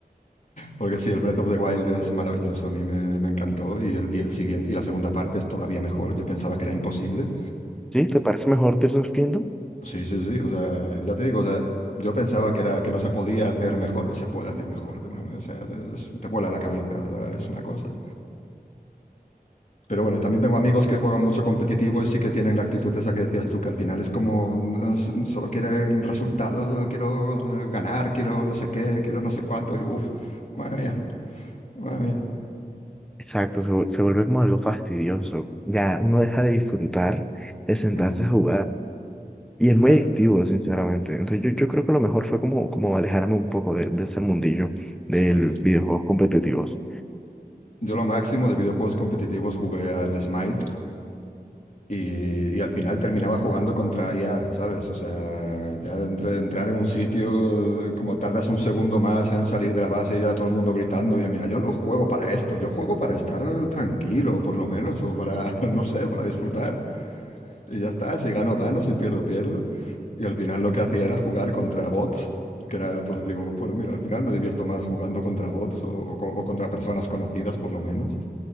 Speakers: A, on the left (about 50°); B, in the centre.
A: Porque sí, el Breath of the Wild es maravilloso. A mí me, me encantó. Y el, y el siguiente, y la segunda parte es todavía mejor. Yo pensaba que era imposible.
B: ¿Sí? ¿Te parece mejor Tears of Kingdom?
A: Sí, sí, sí. O sea, ya te digo, o sea, yo pensaba que era, que no se podía hacer mejor. Se puede hacer mejor de una, ma- o sea, es- te vuela la cabeza. o sea, es una cosa. Pero bueno, y también tengo amigos que juegan mucho competitivo y sí que tienen la actitud esa que decías tú, que al final es como "Ah, s- solo quieren resultados, quiero ganar, quiero no sé qué, quiero no sé cuánto, y uff, madre mía, madre mía.
B: Exacto, se, vu- se vuelve como algo fastidioso. Ya uno deja de disfrutar, de sentarse
A: Mm,
B: a jugar. Y es
A: claro,
B: muy adictivo, sinceramente. Entonces yo, yo creo que lo mejor fue como, como alejarme un poco de, de ese mundillo de
A: sí,
B: los
A: sí.
B: videojuegos competitivos.
A: Yo lo máximo de videojuegos competitivos jugué al Smite, Y, y al final terminaba jugando contra IA, ¿sabes? O sea, ya de entre- entrar en un sitio, eh, como tardas un segundo más en salir de la base y ya todo el mundo gritando, y mira, yo no juego para esto, yo juego para estar tranquilo, por lo menos, o para, <laughs> no sé, para disfrutar. Y ya está, si gano, gano, si pierdo, pierdo. Y al final lo que hacía era jugar contra bots, que era, pues digo, bueno, mira, al final me divierto más jugando contra bots o, o co- o contra personas conocidas, por lo menos.